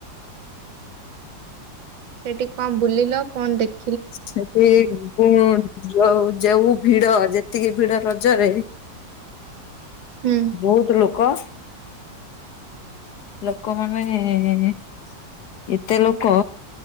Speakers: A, on the right; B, on the left.
A: ସେଠି କଣ ବୁଲିଲ କଣ ଦେଖି
B: ସେଠି <unintelligible> ଯୋଉ ଯୋଉ ଭିଡ ଯେ ଏତିକି ଭିଡ ରଜରେ
A: ହୁଁ
B: ବୋହୁତ ଲୋକ। ଲୋକମାନେେ ଏତେ ଲୋକ